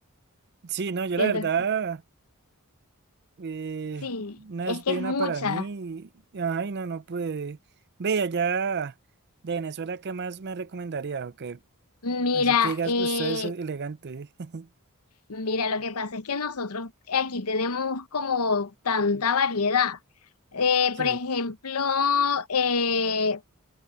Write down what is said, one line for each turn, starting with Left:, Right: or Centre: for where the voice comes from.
Right: Sí, no, yo
Left: Siento
Right: la verdad,
Left: que
Right: eh,
Left: sí,
Right: una
Left: es
Right: vez pedí
Left: que es
Right: una
Left: mucha.
Right: para mí, y- ay no, no pude. Ve allá de Venezuela, ¿qué más me recomendaría? Ok,
Left: Mira,
Right: así que digas,
Left: eh,
Right: usted es elegante. <laughs>
Left: Mira, lo que pasa es que nosotros aquí tenemos como tanta variedad. Eh,
Right: Sí,
Left: por ejemplo, eh,